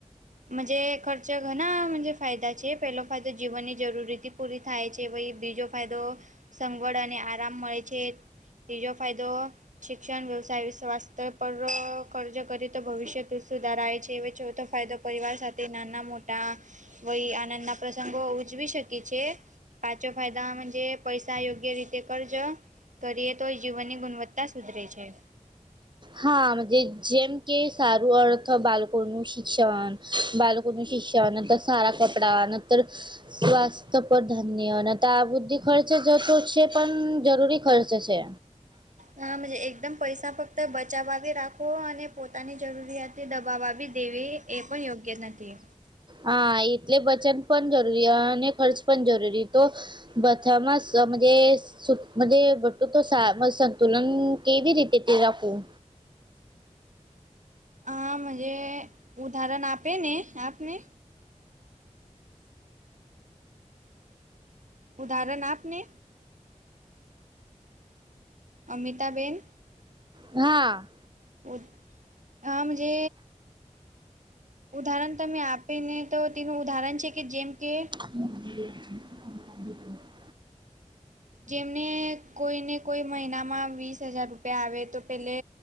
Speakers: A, on the right; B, on the right.
A: મજે ખર્ચ ઘણા મજે ફાયદા છે પેલો ફાયદો જીવનની જરૂરીથી પૂરી થાય છે બીજો ફાયદો સગવડ અને આરામ મળે છે ત્રીજો ફાયદો શિક્ષણ વ્યવસાય સ્વાસ્થ્ય પર કર્જ કરી તો ભવિષ્યત સુધાર છે એ ચોથો ફાયદો પરિવાર સાથે નાના મોટા વય આનંદના પ્રસંગો ઉજવી શકે છે પાંચો ફાયદા મજે પૈસા યોગ્ય રીતે કર્જ કરીએ તો જીવનની ગુણવત્તા સુધરે છે.
B: હા જે જેમ કે સારું અર્થ બાળકોનું શિક્ષણ બાલકોણ શિષ્યા નર સારા કપડા નંતર સ્વાસ્થ્ય પર ધન્ય અને તો આ બધી ખર્ચ જતો છે પણ જરૂરી ખર્ચ છે.
A: હા મુજે એકદમ પૈસા ફક્ત બચવા રાખ હો અને પોતાની જરૂરિયાત દબાવાબી દેવી એ પણ યોગ્ય નથી.
B: હા એટલી બચત પણ જરૂરી અને ખર્ચ પણ જરૂરી તો બધા માં સમરે બધે બટું તો સાવ સંતુલન કેવી રીતે તે ફેરવું
A: હા મુજે ઉદાહરણ આપે ને આપને ઉદાહરણ આપને. અમિતાબેન
B: હા.
A: બઉ હા મુજે ઉદાહરણ તમે આપીને તો તેનું ઉદાહરણ છે કે જેમ કે
B: <inaudible>
A: જેમને કોઈને કોઈ મહિનામાં વીસ હજાર રૂપિયા આવે તો પેલે